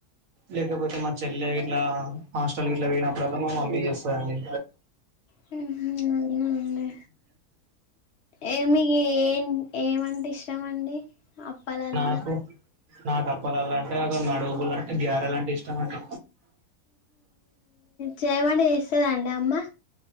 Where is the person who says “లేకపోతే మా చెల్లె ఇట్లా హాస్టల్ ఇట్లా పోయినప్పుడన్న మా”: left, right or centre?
Right